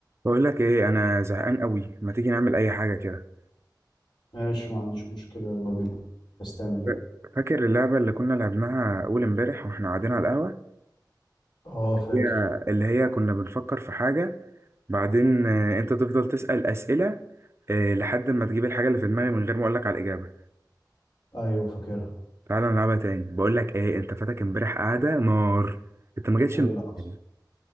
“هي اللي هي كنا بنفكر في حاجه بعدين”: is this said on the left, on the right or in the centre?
Right